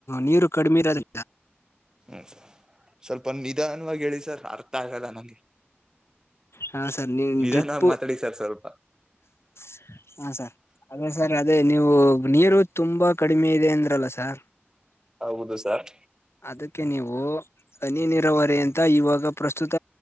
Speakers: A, on the left; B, on the right.
A: ನೀರು ಕಡಿಮೆ ಇರಾದ್ರ
B: ಹ್ಮ್ ಸರ್ ಸ್ವಲ್ಪ ನಿಧಾನವಾಗಿ ಹೇಳಿ ಸರ್ ಅರ್ಥ ಆಗಲ್ಲ ನಂಗೆ. <inaudible>
A: ಹ ಸರ್ ನೀ
B: ನಿಧಾನವಾಗಿ
A: ಡ್ರಿಪ್
B: ಮಾತಾಡಿ ಸರ್ ಸ್ವಲ್ಪ.
A: <inaudible> ಹಾ ಸರ್ ಅದೇ ಸರ್ ಅದೇ ನೀವು ನೀರು ತುಂಬಾ ಕಡಿಮೆ ಇದೆ ಅಂದ್ರಲ್ಲ ಸರ್.
B: ಹೌದು ಸರ್
A: ಅದಕ್ಕೆ ನೀವು. ಹನಿ ನೀರಾವರಿ ಅಂತ ಇವಾಗ ಪ್ರಸ್ತುತ